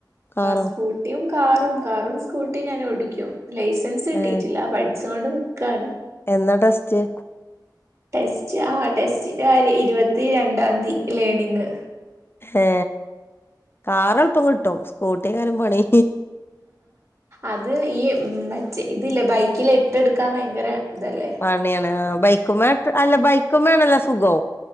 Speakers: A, on the left (about 30°); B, on the right (about 40°).
A: കാറോ
B: സ്കൂട്ടിയും കാറും കാറും സ്കൂട്ടി ഞാൻ ഓടിക്കും ലൈസൻസ് കിട്ടിട്ടില്ല
A: ഏഹ്
B: പട് ച്ചോണ്ട് നിക്കാണ്
A: എന്നാ ടെസ്റ്റ്
B: ടെസ്റ്റ് ആ ടെസ്റ്റിന്റെ കാര്യ ഇരുപത്തി രണ്ടാംതി ലേണിങ്
A: ഏ കാറ് എൾപ്പം കിട്ടും സ്കൂട്ടി കാരം പണി
B: അത് ഈ മറ്റേ ഇതില്ല ബൈക്കിൽ ഇട്ടെടുക്കാൻ ഭയങ്കര ഇതല്ലേ
A: പണിയാണ് അ ബൈക്കും മേട്ട് അല്ല ബൈക്കും മേണല്ലൊ സുഖോ